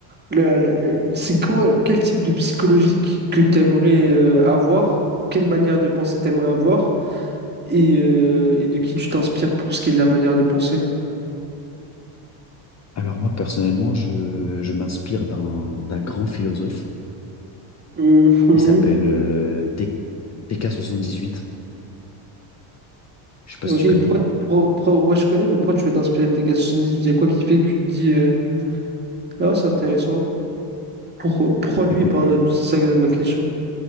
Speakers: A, on the right; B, on the left.
A: la- la- la- c'est quoi, quel type de psychologie qui- que tu aimerais avoir? Quelle manière de penser t'aimerais avoir? Et, euh, et de qui tu t'inspires pour ce qui est de la manière de penser?
B: Alors moi, personnellement, je, je m'inspire d'un, d'un grand philosophe.
A: Mhm.
B: Il s'appelle euh, T- dix huit Je sais pas
A: Ok,
B: si tu connais.
A: pourquoi, pourquoi- pourquoi- ouais, je connais, mais pourquoi tu veux t'inspirer de TK 78? Il y a quoi qui fait que tu te dis, euh, ah, c'est intéressant. Pour- pourquoi lui
B: Écoute,
A: et pas un autre? C'est ça ma question.